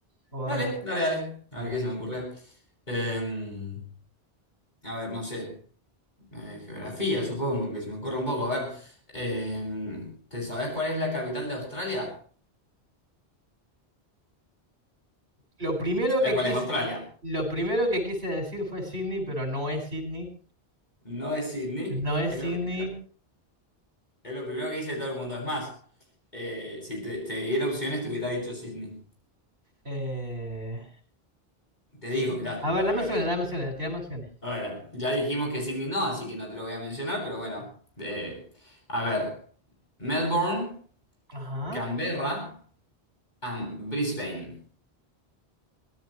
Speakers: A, on the right; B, on the left.
A: ¿O arranco
B: Dale,
A: yo?
B: dale, dale. A
A: Dale.
B: ver qué se me ocurre. Em, a ver, no sé. Eh, geografía, supongo, que se me ocurre un poco. A ver, em, ¿te sabes cuál es la capital de Australia?
A: Lo primero
B: ¿Sabes
A: que
B: cuál
A: quise,
B: es Australia?
A: lo primero que quise decir fue Sydney, pero no es Sydney.
B: No es Sydney,
A: No es
B: es
A: Sydney.
B: lo primero. Es lo primero que dice todo el mundo. Es más, eh, si te, te diera opciones, te hubiera dicho Sydney.
A: eh,
B: Te digo, mirá,
A: A ver,
B: a
A: dame
B: ver,
A: opciones, dame opciones, tirame opciones.
B: a ver, ya dijimos que Sydney no, así que no te lo voy a mencionar, pero bueno. eh, a ver, Melbourne,
A: Ajá.
B: Canberra, and Brisbane.